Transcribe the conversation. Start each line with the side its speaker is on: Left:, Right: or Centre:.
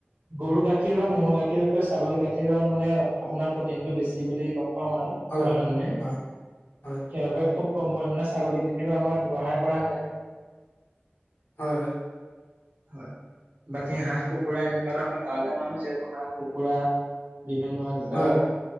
Right: গৰু গাখীৰ বা ম'হৰ গাখীৰতকৈ ছাগলী গাখীৰৰ মানে আপোনাৰ প্ৰটিন টো বেছি বুলি ক পাওঁ আৰু
Left: হয়
Right: কয় মানুহে,
Left: হয় হয়
Right: সেইবাবে খুব কম পৰিমাণে ছাগলীক তেওঁ আমাৰ ব্যৱহাৰ কৰা হয়।
Left: হয় হয়।
Right: হয়, বাকী হাঁহ কুকুৰা এনেকুৱা ধৰণৰ গাঁৱলীয়া মানুহ যিহেতু হাঁহ কুকুৰা বিভিন্ন এনেকুৱা,
Left: হয় হয়